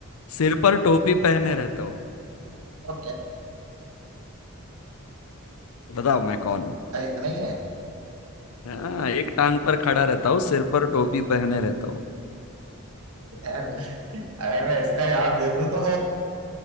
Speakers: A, on the left (about 75°); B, on the right (about 80°).
A: सिर पर टोपी पहने रहता हूँ
B: क्या-
A: बताओ मैं कौन हूँ
B: इतना ही है
A: हाँ एक टांग पर खड़ा रहता हूँ सिर पर टोपी पहने रहता हूँ
B: अगर अगर मैं इसका जवाब दे दूं तो